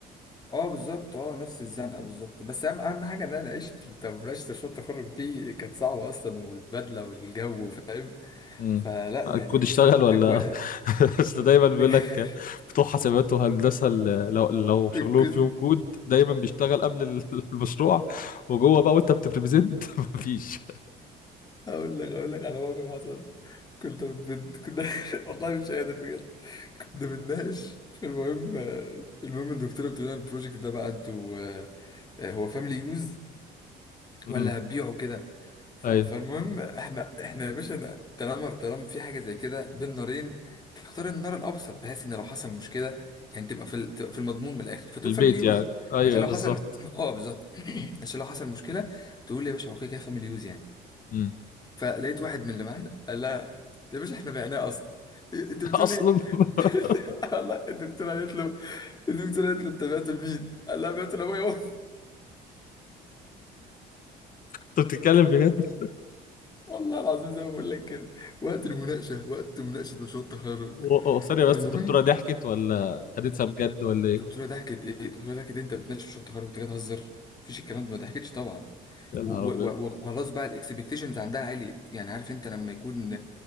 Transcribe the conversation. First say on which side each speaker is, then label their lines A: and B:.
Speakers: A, on the left; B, on the left.
A: اه بالظبط اه نفس الزنقه بالظبط بس اهم اهم حاجه ان انا عشت انت مناقشه مشروع التخرج دي كانت صعبه اصلا والبدله والجو فاهم
B: مم.
A: فلا يعني
B: الكود اشتغل ولا
A: اجواء
B: <laughs> اصل دايما بيقول
A: <laughs>
B: لك بتوع حسابات وهندسه ال- لو لو شغلهم
A: كنت
B: فيهم كود دايما بيشتغل قبل ال- <laughs> المشروع وجوه بقى وانت بتبريزنت <laughs> مفيش
A: اقول لك اقول لك على موقف حصل كنت بنت كنا <laughs> والله مش قادر بجد كنا بنناقش فالمهم المهم الدكتوره بتقول لنا البروجكت ده بقى انتوا آه، هو فاميلي يوز
B: امم
A: ولا هتبيعه كده ف...
B: ايوه
A: فالمهم احنا احنا يا باشا أنا- طالما طالما في حاجه زي كده بين نارين تختار النار الابسط بحيث ان لو حصل مشكله يعني تبقى في ال... تبقى في المضمون من الاخر فتقول
B: في البيت
A: فاميلي يوز
B: يعني ايوه
A: عشان لو
B: بالظبط
A: حصل <clears throat> اه بالظبط <clears throat> عشان لو حصل مشكله تقول يا باشا اوكي كده فاميلي يوز يعني
B: امم
A: فلقيت واحد من اللي معانا قال لها يا باشا احنا بعناه اصلا إيه- انت
B: <laughs>
A: بتقول
B: اصلا
A: ايه؟
B: <laughs>
A: <laughs> والله الدكتوره قالت له الدكتوره قالت له انت بعته لمين؟ قال لها بعته لابويا
B: انت بتتكلم بجد
A: والله العظيم زي ما بقول لك كده وقت المناقشه وقت مناقشه مشروع التخرج
B: و- و- ثانيه
A: فالمهم
B: بس الدكتوره ضحكت ولا خدتها بجد ولا ايه
A: الدكتوره ضحكت ايه الدكتوره ضحكت إيه؟ انت بتناقش مشروع التخرج انت جاي تهزر مفيش الكلام ده ما ضحكتش طبعا
B: يا نهار
A: و- و-
B: ابيض
A: و- وخلاص بقى الاكسبكتيشنز عندها عالية يعني عارف انت لما يكون